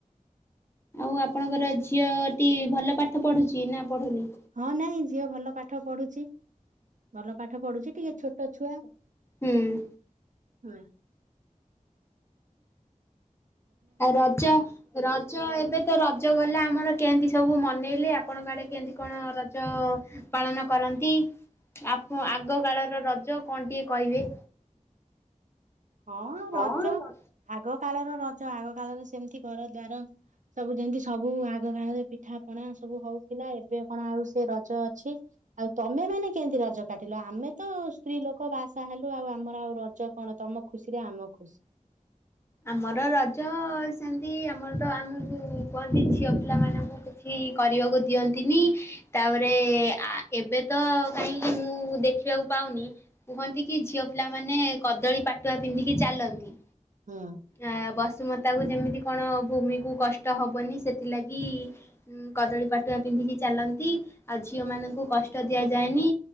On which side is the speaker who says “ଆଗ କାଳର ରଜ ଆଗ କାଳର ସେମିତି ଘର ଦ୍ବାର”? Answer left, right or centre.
Right